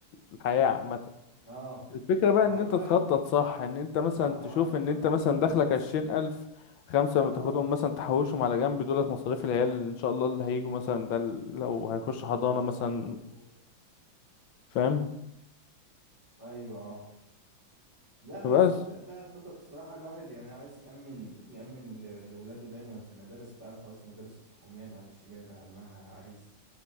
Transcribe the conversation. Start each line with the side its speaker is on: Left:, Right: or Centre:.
Left: الحياة عامة
Right: اه
Left: الفكرة بقى
Right: ما
Left: ان
Right: هو
Left: انت
Right: بقى
Left: تخطط صح ان انت مثلا
Right: ما هو
Left: تشوف
Right: ايوه
Left: ان انت
Right: مظبوط
Left: مثلا دخلك
Right: بس
Left: عشرين الف خمسة ما تاخدهم
Right: اه
Left: مثلا تحوشهم على جنب دولت مصاريف العيال اللي ان شاء الله اللي هيجوا مثلا ده ال- لو هيخش
Right: ان
Left: حضانة
Right: شاء الله
Left: مثلا
Right: اه مظبوط
Left: فاهم
Right: ايوه اه لا بس
Left: فبس
Right: الت- بقى الخطط الصراحة الواحد يعني عايز يأمن يأمن ل- لولاده دايما المدارس بقى خلاص المدارس الحكومية ما عادش جايبة همها عايز